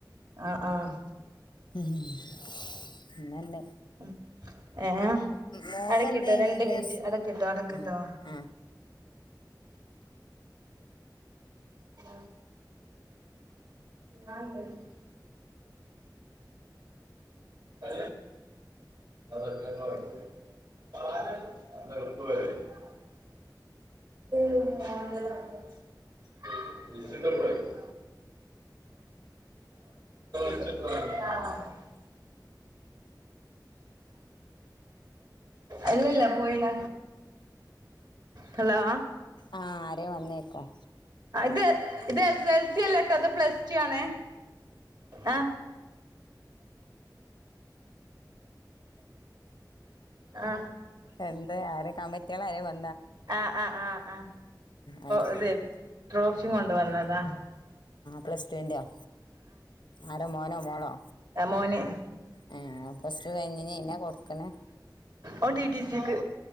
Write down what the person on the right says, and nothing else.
ആ ആ
ഉ ഏർ
അടക്കിട്ടോ രണ്ട്
മിനിറ്റ്
അടക്കിട്ടോ അടക്കട്ടോ
ആ ഞാനണ്ട് അോ <unintelligible> ആ <unintelligible> അന്ന് എളുപ്പ വരല്ലേ <unintelligible> ത <unintelligible> വിസിിട്ടടെയോ <unintelligible> <unintelligible> അല്ലല്ല പോയിന ഹലോ
ഇത് ഇത് എസ് എൽ സി അല്ല കേട്ടോ അത് പ്ലസ് ടു ആണേ ആ ആ
ആഹ ആ ആ് ആ
അതെ
ട്രോഫിയ കൊണ്ടുവന്നതാ
മോന്
ഓ ടിടി സിക്ക്